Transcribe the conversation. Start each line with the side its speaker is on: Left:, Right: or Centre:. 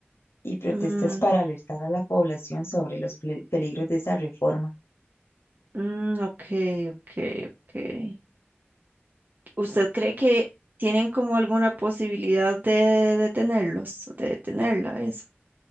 Left: y protestas
Right: Mm,
Left: para alertar a la población sobre los ple- peligros de esa reforma.
Right: mm, ok, ok, ok. ¿Usted cree que tienen como alguna posibilidad de detenerlos, de detenerla, eso,